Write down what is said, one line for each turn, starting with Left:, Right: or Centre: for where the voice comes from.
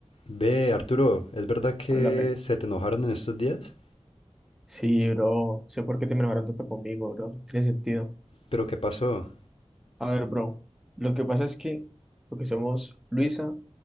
Left: Ve, Arturo, ¿es verdad que
Centre: Háblame.
Left: se te enojaron en estos días?
Centre: Sí, bro. No Sé por qué te enojaron tanto conmigo, bro. No tiene sentido.
Left: ¿Pero qué pasó?
Centre: A ver, bro. Lo que pasa es que lo que somos Luisa,